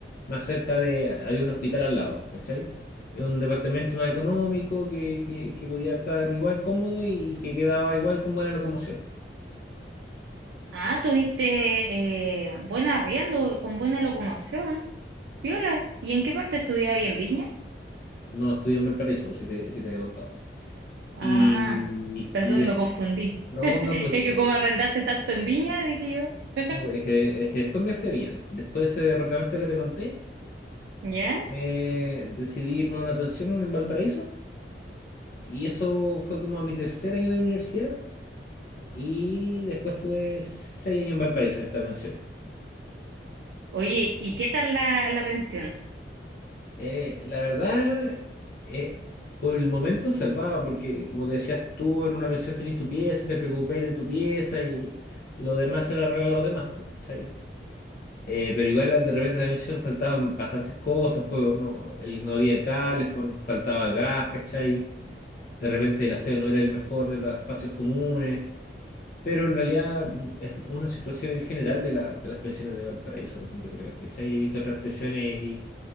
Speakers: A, on the left; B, on the right.
A: más cerca de. Había un hospital al lado, ¿cachai? Era un departamento más económico que, que, que podía estar igual cómodo y que quedaba igual con buena locomoción.
B: Ah, tuviste eh, buen arriendo, con buena locomoción. Viola, ¿y en qué parte estudiabas ahí en Viña?
A: No estudié en Valparaíso, pues si te, si te había contado.
B: Ah,
A: Y,
B: perdón,
A: y de-
B: me confundí.
A: no,
B: <laughs>
A: no, pues
B: Es
A: es
B: que como
A: que,
B: arrendaste tanto en Viña, dije yo. <laughs>
A: es que, es que después me fue bien. Después de ese departamento que te conté,
B: ¿Ya?
A: me decidí irme a una pensión en Valparaíso. Y eso fue como a mi tercer año de universidad. Y después tuve seis años en Valparaíso en esta pensión.
B: Oye, ¿y qué tal la, la pensión?
A: Eh, la verdad, eh, por el momento salvaba, porque como te decías tú, en una pensión tenés tu pieza, te preocupáis de tu pieza y lo demás se lo arreglan los demás, pues, ¿cachai? Eh, pero igual la- de repente en la pensión faltaban bastantes cosas, pues no, el- no había calefón, faltaba gas, ¿cachai? De repente el aseo no era el mejor de los espacios comunes. Pero en realidad mm, es una situación en general de, la, de las pensiones de Valparaíso, yo creo. ¿Cachai? Yo he visto otras pensiones y,